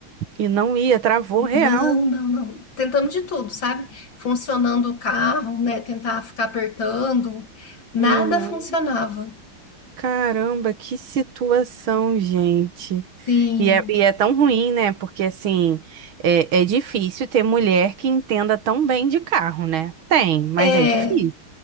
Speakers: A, on the right (about 80°); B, on the left (about 65°).
A: e não ia, travou real.
B: Não, não, não. Tentamos de tudo, sabe? Funcionando o carro, né? Tentar ficar apertando, nada
A: Uhum.
B: funcionava.
A: Caramba, que situação, gente.
B: Sim.
A: E é, e é tão ruim, né? Porque, assim, é, é difícil ter mulher que entenda tão bem de carro, né? Tem, mas
B: É,
A: é difícil,